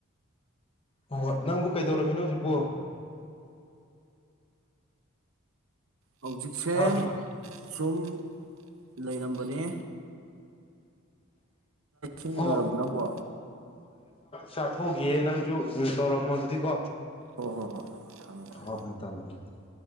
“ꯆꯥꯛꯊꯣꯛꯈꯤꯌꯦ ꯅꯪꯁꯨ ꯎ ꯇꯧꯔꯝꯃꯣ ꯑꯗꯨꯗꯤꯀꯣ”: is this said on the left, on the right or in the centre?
Left